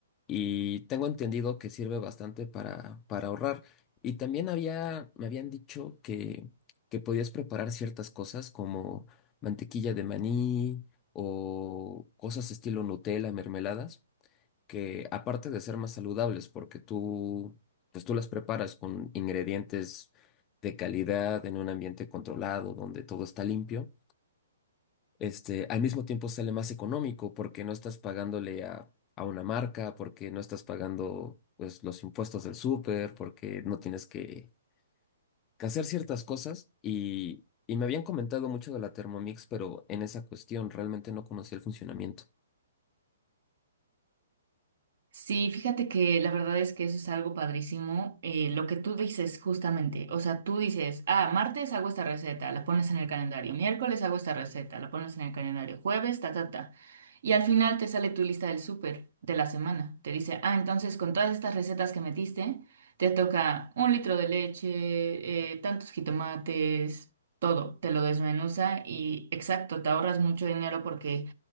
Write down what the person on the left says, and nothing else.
Y tengo entendido que sirve bastante para, para ahorrar. Y también había, me habían dicho que, que podías preparar ciertas cosas como mantequilla de maní o cosas estilo Nutella, mermeladas que aparte de ser más saludables, porque tú, pues tú las preparas con ingredientes de calidad en un ambiente controlado, donde todo está limpio, este, al mismo tiempo sale más económico porque no estás pagándole a, a una marca, porque no estás pagando, pues, los impuestos del súper, porque no tienes que, que hacer ciertas cosas y... Y me habían comentado mucho de la Thermomix, pero en esa cuestión realmente no conocía el funcionamiento.